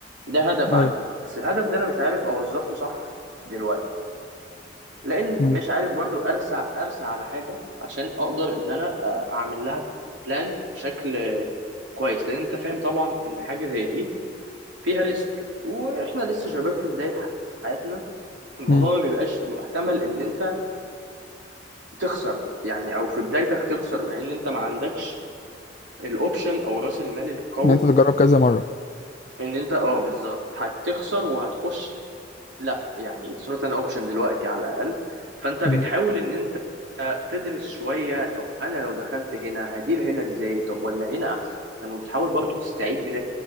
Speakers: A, on the right (about 80°); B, on the left (about 40°).
A: ده هدف
B: ايوه
A: عندي بس الهدف ده أنا مش عارف أوظفه صح دلوقتي لأن
B: مم.
A: مش عارف برضو أرسع أرسع على حاجة عشان أقدر إن أنا آه، أعمل لها بلان بشكل كويس لان انت فاهم طبعا ان حاجه زي دي فيها ريسك واحنا لسه شباب في بدايه حياتنا الموضوع
B: مم.
A: ما بيبقاش محتمل ان انت تخسر يعني او في بدايتك تخسر لان انت ما عندكش الاوبشن او راس المال القوي
B: ان انت تجرب كذا مره
A: ان انت اه بالظبط هتخسر وهتخش لا يعني اتس نوت ان اوبشن دلوقتي على الاقل فانت
B: مم.
A: بتحاول ان انت تدرس شويه طب انا لو دخلت هنا هدير هنا ازاي طب ولا هنا احسن وبتحاول برضو تستعيد بناس